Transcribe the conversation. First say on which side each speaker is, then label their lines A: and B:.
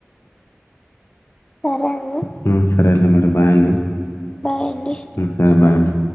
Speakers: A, on the left; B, on the left.
A: సరే అండి
B: హుమ్ సరే మరండి బాయ్ అండి
A: బాయ్ అండి
B: ఉమ్, సరే బాయ్ అండి.